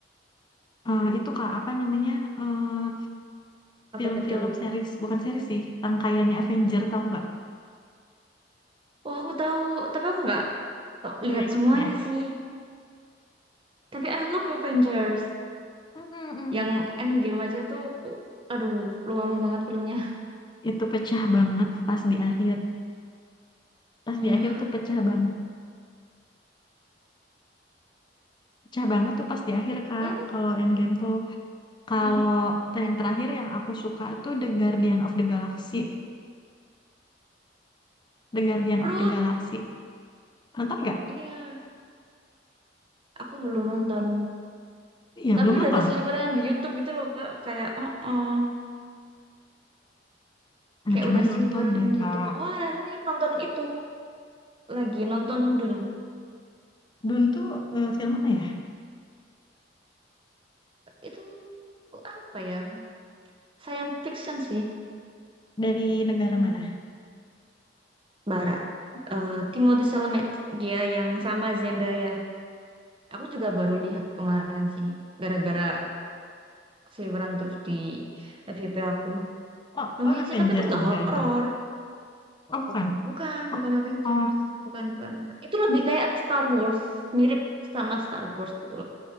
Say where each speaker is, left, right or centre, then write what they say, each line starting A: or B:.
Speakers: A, on the left; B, on the right.
A: eh, itu Kak apa namanya eh,
B: Apa
A: film-film
B: tuh?
A: series bukan series sih rangkaiannya Avenger tahu nggak?
B: Oh, aku tahu. Tapi aku nggak
A: Nggak
B: lihat
A: ikutin
B: semuanya
A: ya?
B: sih. Tapi I love Avengers.
A: Mm-mm-mm.
B: Yang Endgame aja tuh. Aduh, lama banget filmnya.
A: Itu pecah banget pas di akhir. Pas
B: Iya.
A: di akhir tuh pecah banget. pecah banget tuh pas di akhir Kak
B: Tapi, kan,
A: kalau Endgame tuh kalau
B: mm-mm.
A: te- yang terakhir yang aku suka tuh The Guardian of the Galaxy The Guardian
B: Ruth.
A: of the Galaxy nonton nggak?
B: Iya. Aku belum nonton.
A: Iya
B: Tapi
A: belum
B: udah
A: nonton
B: seliweran di YouTube gitu loh, Kak. Kayak, oh, oh.
A: nah
B: Kayak
A: coba
B: udah
A: nonton
B: seliweran
A: deh
B: di
A: Kak
B: YouTube. Oh, hari ini nonton itu. Lagi nonton Dun.
A: Dune tuh eh, film mana ya?
B: Itu apa ya? Science fiction sih.
A: dari negara
B: Hmm.
A: mana?
B: Barat. Eh, Timothy Chalamet. Dia yang sama Zendaya. Aku juga baru lihat kemarin sih. Gara-gara seliweran terus di FYP aku.
A: oh,
B: Lumayan
A: oh Avenger
B: sih, tapi itu nggak
A: juga
B: horor.
A: itu oh bukan
B: Bukan,
A: oh,
B: bukan Avengers.
A: oh
B: Bukan, bukan. Itu lebih kayak Star Wars. Mirip sama Star Wars gitu